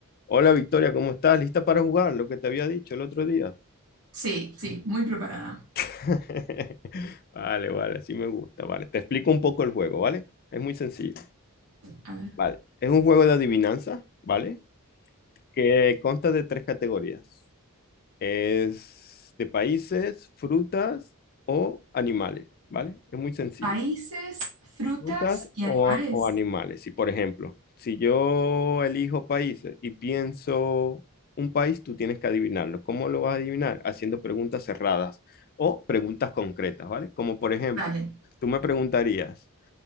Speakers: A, on the left; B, on the right.
A: Hola Victoria, ¿cómo estás? ¿Lista para jugar? Lo que te había dicho el otro día.
B: Sí, sí, muy preparada.
A: <laughs> Vale, vale, así me gusta, vale. Te explico un poco el juego, ¿vale? Es muy sencillo,
B: A ver.
A: ¿vale? Es un juego de adivinanza, ¿vale? Que consta de tres categorías. Es de países, frutas o animales, ¿vale? Es muy sencillo.
B: Países, frutas
A: frutas
B: y
A: o,
B: animales.
A: o animales. Y por ejemplo, si yo elijo países y pienso un país, tú tienes que adivinarlo. ¿Cómo lo vas a adivinar? Haciendo preguntas cerradas o preguntas concretas, ¿vale? Como por ejemplo,
B: Dale.
A: tú me preguntarías,